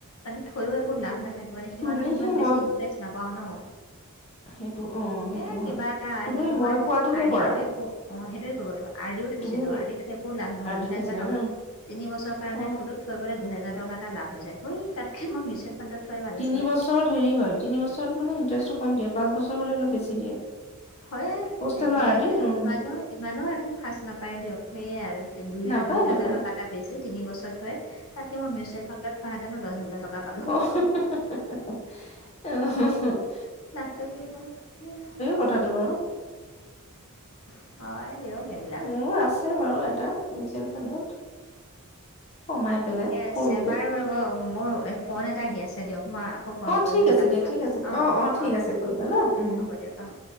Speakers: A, on the left; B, on the left.
A: মানে থৈও একো লাভ নাথাকে। মানে সিমানো
B: তুমি
A: ইমান
B: সেই মই
A: বেছি ইণ্টাৰেষ্ট নাপাওঁ ন।
B: সেইটো অ সেইটো
A: হে কিবা
B: হয়
A: এটা আহে
B: তুমি
A: মই
B: কোৱাটোকে
A: আৰদি
B: কৰা
A: থৈ একো! অ সেইটোৱে কৰিব লাগিব। আৰডিও থৈছিলো
B: তুমি
A: আৰ দি থৈ একো লাভ নহ'ল
B: আদি
A: দুহেজাৰ
B: থৈছিলা
A: টকা
B: ন
A: তিনি বছৰ কাৰণে
B: অ
A: থ'লোঁ! থৈ পেলাই দুহোৰ টকা এটা লাভ হৈছে। হই তাতকৈ মই মিচুৱেল ফাণ্ডত! থোৱাই ভাল
B: তিনি
A: আছিলে
B: বছৰত হেৰি হয়, তিনি বছৰত মানে ইণ্টাৰেষ্টটো কম দিয়ে। পাঁচ বছৰ হ'লে অলপ বেছি দিয়ে।
A: হয়য়ে,
B: পষ্টেলৰ
A: তাকে
B: আৰ্ডিত উম
A: ইমানো ইমানো একো সাজ নাপায় দিয়ক সেয়ে আৰু! দুই
B: নাপায়
A: দুই হাজাৰ
B: নাপায়
A: টকা এটা বেছি, তিন বছৰ থৈ তাতকে মই মিউচুৱেল ফাণ্ডত থোৱাহেতেনো দহ হাজাৰ টকা এটা
B: অঁ <unintelligible>
A: নাস্তৱ বিহাৰ ধ <inaudible>
B: কথাটো বাৰু
A: <unintelligible> হয় দিয়ক এইবিলাক
B: মোৰো আছে বাৰু এটা মিউচুৱেল ফাণ্ডত এটা কমাই পেলাই
A: ঠিকে আছে
B: সৰুকে
A: বাৰু ৰ'ব মোৰ ফোন এটা আহি আছে দিয়ক মই আকৌ ফোন
B: অ',
A: কৰিম
B: ঠিক
A: নহ'লে
B: আছে
A: আপোনাক
B: দিয়া, ঠিক আছে দিয়া।
A: অঁ
B: অ', অ', ঠিক
A: অঁ
B: আছে কৰিবা ন? উম।
A: হ'ব দিয়ক অঁ